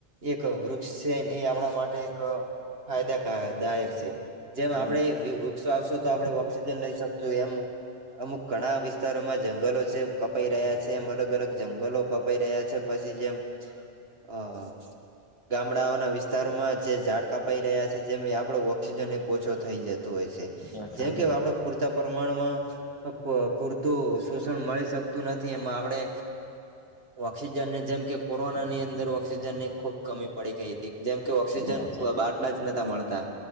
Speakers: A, on the right; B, on the left.
A: એક વૃક્ષ છે એ આપણા માટે એક ફાયદાકા દાયક છે. જેમ
B: હમ
A: આપણે વૃ વૃક્ષ વાવશું તો આપણે ઓક્સિજન લઈ શકશું એમ. અમુક ઘણા વિસ તારોમાં જંગલો છે, કપાઈ રહ્યા છે. એમ અલગ-અલગ જંગલો કપાઈ રહ્યા છે. પછી જેમ અહ ગામડાઓના વિસ્તારોમાં જે ઝાડ કપાઈ રહ્યા છે જેમે આપડો વ ઓક્સિજન એક ઓછો થઈ જતો હોય છે.
B: વાત સાચી
A: જેમ કે હવે
B: તમારી
A: આપણે પૂરતા પ્રમાણમાં પૂરતું શોષણ મળી શકતું નથી. એમાં આપણે ઓક્સિજન ને જેમ કે કોરોના ની અંદર ઓક્સિજન ને ખુબ કમી પડી ગઈ તી. જેમ કે ઓક્સિજન
B: વાત સાચી
A: બાટલા જ નતા મળતા